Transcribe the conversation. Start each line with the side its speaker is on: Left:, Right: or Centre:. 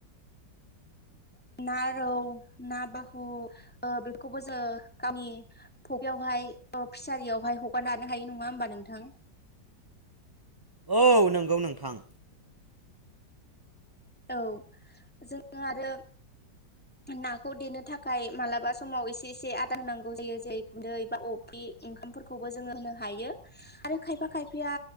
Centre: ना रौ ना बाहु बेफोरखौबो जोङो गावनि फखरियावहाय फिसारियावहाय हगारनि लानो हायो नङा होमबा? नोंथां
Right: औ नंगौ नोंथां
Centre: औ जोङो आरो नाखौ देनो थाखाय मालाबा समाव एसे एसे आदार होनांगौ जायो जेरै गुन्दै बा अफ्रि ओंखामफोरखौबो जोङो होनो हायो आरो खायफा खायफाया